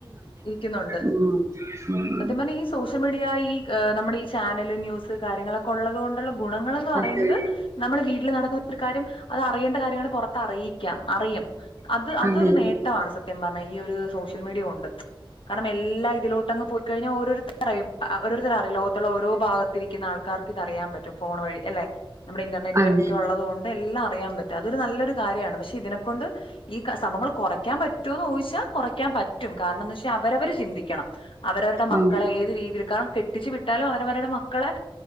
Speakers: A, on the left; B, on the right.
A: വിളിക്കുന്നുണ്ട്
B: ഉം ഉം
A: സത്യം പറഞ്ഞാ ഈ സോഷ്യൽ മീഡിയാ ഈ നമ്മുടെ ഈ ചാനല് ന്യൂസ് കാര്യങ്ങളൊക്കെ ഉള്ളത് കൊണ്ട് ഗുണങ്ങൾന്ന് പറയുന്നത്
B: അതെ
A: നമ്മുടെ വീട്ടിൽ നടക്കുന്ന ഒരു കാര്യം അത് അറിയേണ്ട കാര്യങ്ങൾ പുറത്ത് അറിയി ക്കാം അറിയും അത് അതൊരു
B: അതെ
A: നേട്ടമാണ് സത്യം പറഞ്ഞാ ഈ ഒരു സോഷ്യൽ മീഡിയ കൊ കാരണം എല്ലാ ഇതിലോട്ടങ്ങ് പോയിക്കഴിഞ്ഞാൽ ഓരോരുത്തരറിയും ഓരോര്ത്തരറി ലോകത്തുള്ള ഓരോ ഭാഗത്തിരിക്കുന്ന ആൾക്കാർക്ക് ഇതറിയാൻ പറ്റും ഫോൺ വഴി അല്ലെ നമ്മുടെ ഇന്റർനെറ്റ്
B: അതെ
A: ഒക്ക ഉള്ളത കൊണ്ട് എല്ലാം അറിയാൻ പറ്റും അതൊരു നല്ലൊരു കാര്യമാണ് പക്ഷെ ഇതിനെക്കൊണ്ട് ഈ സംഭവങ്ങൾ കൊറയ്ക്കാൻ പറ്റോന്ന് ചോദിച്ചാൽ കൊറയ്ക്കാൻ പറ്റും കാരണം എന്ന് വെച്ചാൽ അവരവര് ചിന്തിക്കണം അവരവരുടെ മക്കളെ
B: അതെ അതെ
A: ഏത് രീതിയിൽ കാണം കെട്ടിച്ചു വിട്ടാലും അവരവരുടെ മക്കളെ